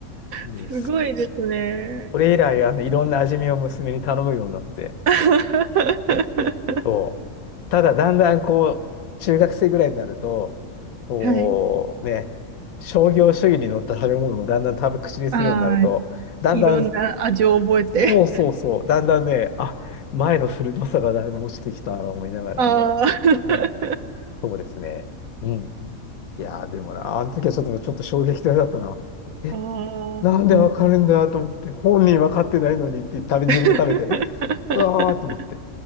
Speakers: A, on the left; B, on the right.
A: う。うん
B: すごいですね。
A: それ以来、あの、いろんな味見を娘に頼むようになって。
B: <laughs>
A: そうただ、だんだんこう、中学生ぐらいになると、こう、
B: はい。
A: ね、商業主義に乗った食べ物をだんだん食べ口にするようになると、
B: ああ、
A: だんだん、
B: いろんな味を覚えて。
A: そうそうそう、だんだんね、あ、前の鋭さがだいぶ落ちてきたなと思いながら、
B: <laughs> ああ。
A: うん、そうですね。うん。いやー、でもな、あの時はちょっと、ちょっと衝撃的だったな。え
B: あ <laughs> あ、
A: なんでわかるんだと思って、
B: うん。
A: 本人わかってないのにって食べ、自分で食べて、
B: <laughs>
A: うわーと思って、